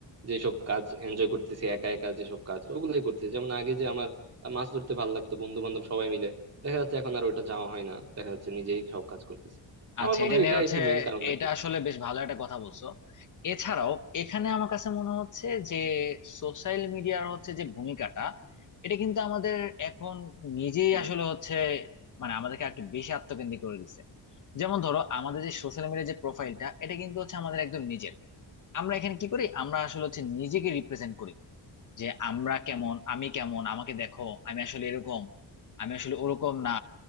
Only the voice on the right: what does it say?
যেসব কাজ এনজয় করতেছি একা একা যেসব কাজ ওগুলাই করতেছি যেমন আগে যে আমার মাছ ধরতে ভালো লাগতো বন্ধু বান্ধব সবাই মিলে দেখা যাচ্ছে এখন আর ওটা যাওয়া হয় না দেখা যাচ্ছে নিজেই সব কাজ করতেছি
আমার মনে
হয়
এটা
একটি মেইন কারণ আর
কি